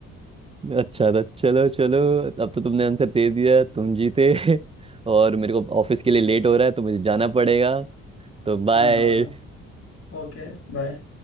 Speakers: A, on the right; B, on the left.
A: अच्छा था चलो चलो अब तो तुमने आंसर दे दिया तुम जीते <laughs> और मेरे को ऑफिस के लिए लेट हो रहा है तो मुझे जाना पड़ेगा तो बाय
B: हाँ हाँ हाँ ओके बाय